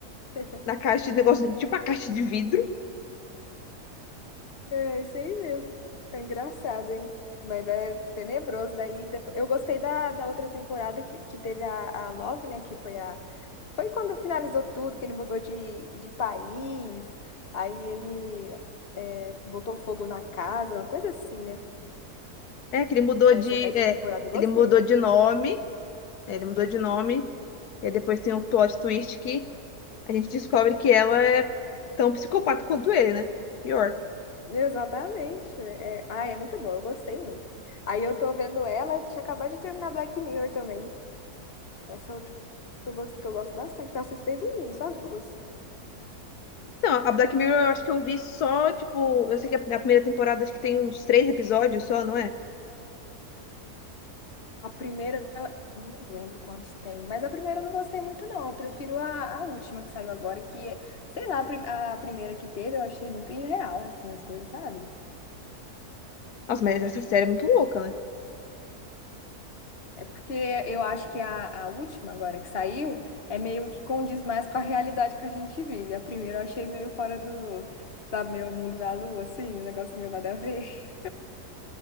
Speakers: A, on the left; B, on the left.
A: <laughs>
B: na caixa de negócio, tipo a caixa de vidro.
A: É, isso aí mesmo. É engraçado, hein? Mas é tenebroso. Daí depo- eu gostei da, da outra temporada que, que teve a, a Love, né? Que foi a. Foi quando finalizou tudo, que ele mudou de, de país. Aí ele é, botou fogo na casa, uma coisa assim, né?
B: É, que ele mudou
A: Essa,
B: de,
A: essa
B: é,
A: temporada eu gostei.
B: ele mudou de nome, é, ele mudou de nome, e aí depois tem o plot twist que a gente descobre que ela é tão psicopata quanto ele, né? Pior.
A: Exatamente. É, ah, é muito boa, eu gostei muito. Aí eu tô vendo ela, tinha acabado de terminar Black Mirror também. Essa outra que eu gosto, que eu gosto bastante, que eu assisto desde o início, as duas.
B: Então, a Black Mirror eu acho que eu vi só, tipo, eu sei que a a primeira temporada acho que tem uns três episódios só, não é?
A: A primeira, não lembro quantos tem, mas a primeira eu não gostei muito, não. Eu prefiro a, a última que saiu agora, que, é- sei lá, a, prim- a primeira que teve, eu achei muito irreal, assim, as coisas, sabe?
B: Nossa, mas essa série é muito louca, né?
A: É porque eu acho que a, a última agora que saiu é meio que condiz mais com a realidade que a gente vive. A primeira eu achei meio fora do da meu mundo da lua, assim, um negócio meio nada a ver. <laughs>